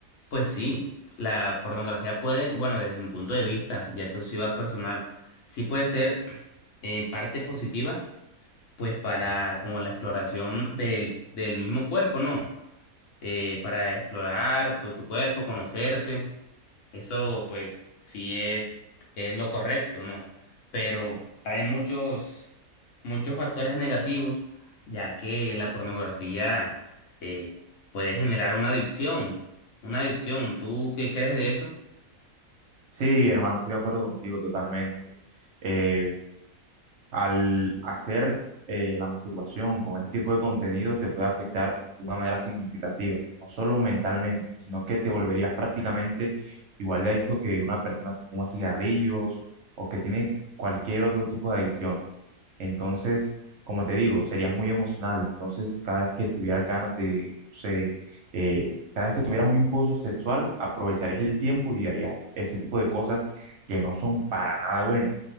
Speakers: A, on the left; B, on the right.
A: pues sí, la pornografía puede, bueno, desde mi punto de vista, ya esto sí va personal, sí puede ser en parte positiva, pues para como la exploración del, del mismo cuerpo, ¿no? eh, para explorar pues tu cuerpo, conocerte. Eso pues sí es, es lo correcto, ¿no? Pero trae muchos, muchos factores negativos, ya que la pornografía eh, puede generar una adicción, una adicción. ¿Tú qué crees de eso?
B: Sí, hermano, estoy de acuerdo contigo totalmente. Eh, al hacer eh, la masturbación con este tipo de contenido te puede afectar de una manera significativa, no solo mentalmente, sino que te volverías prácticamente igual de adicto que una persona que fuma cigarrillos o que tiene cualquier otro tipo de adicciones. Entonces, como te digo, serías muy emocional. Entonces, cada vez que tuvieras ganas de, no sé, eh, cada vez que tuvieras un impulso sexual, aprovecharías el tiempo y harías ese tipo de cosas que no son para nada buenas.